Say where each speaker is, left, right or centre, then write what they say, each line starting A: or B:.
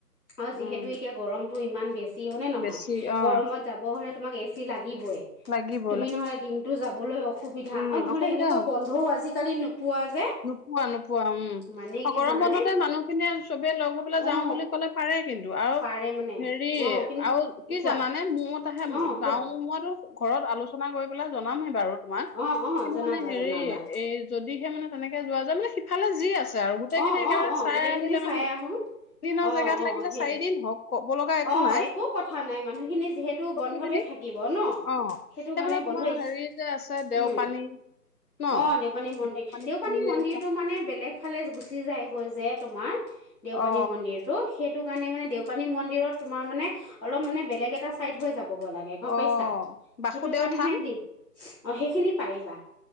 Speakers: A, on the left; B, on the left.
A: অ', যিহেতু
B: উম
A: এতিয়া গৰমটো ইমান বেছি হয়নে নহয়
B: বেছি অ
A: গৰমত যাব হলে তোমাক এ চি লাগিবই।
B: লাগিব।
A: তুমি নহলে দিনটো যাবলৈ অসুবিধা
B: উম
A: আৰু নহ'লে
B: অসুবিধা
A: এনেকুৱা বন্ধও আজিকালি নোপোৱা যে।
B: পোৱা নোপোৱা উম,
A: মানে কি
B: গৰম
A: জানানে
B: বন্ধতে মানুহখিনিয়ে চবে লগ হৈ পেলাই
A: অ'
B: যাও বুলি ক'লে পাৰে কিন্তু। আৰু
A: পাৰে মানে
B: হেৰি
A: অ' কিন্তু
B: আৰু কি
A: কোৱা
B: জানানে মোৰত আহে
A: অ'
B: গাও
A: কোৱা
B: মো ঘৰত আলোচনা কৰি পেলাই জনামেই বাৰু তোমাক
A: অ' অ'
B: কিন্তু
A: জনাবা
B: মানে হেৰি
A: জনাবা
B: এই যদিহে মানে তেনেকে যোৱা যায় মানে সিফালে যি আছে আৰু গোটেইখিনি
A: অ'
B: একেবাৰে
A: অ' অ
B: চাই
A: গোটেইখিনি
B: আহিলে
A: চাই
B: মানে
A: আহো।
B: দিনৰ
A: অ'
B: জেগাত
A: অ'
B: লাগিলে
A: সেইটোয়ে
B: চাৰিদিন হওক ক'ব লগা
A: অ
B: নাই
A: একো কথা নাই। মানুহখিনি যিহেতু
B: বস্তুখিনি
A: বন্ধতে থাকে <unintelligible> ন।
B: অ',
A: সেইটো
B: সেইফালে
A: কাৰণে
B: তোমাৰ
A: বন্ধ
B: হেৰি যে আছে দেওপানী
A: উম,
B: ন
A: অ', দেওপানী মন্দিৰ
B: পানী
A: দেওপানী
B: মন্দিৰ
A: মন্দিৰটো মানে বেলেগ <unintelligible> ফালে গুচি যায়গৈ যে তোমাৰ দেওপানী
B: অ
A: মন্দিৰ। ত সেইটো কাৰণে মানে দেউপানী মন্দিৰত তোমাৰ মানে অলপ মানে বেলেগ এটা চাইড হৈ যাব গ' লাগে। <unintelligible> গম
B: অ',
A: পাইছা
B: বাসুদেউ
A: সেইটো কাৰণেহে
B: থান,
A: দি অ সেইখিনি পাৰিবা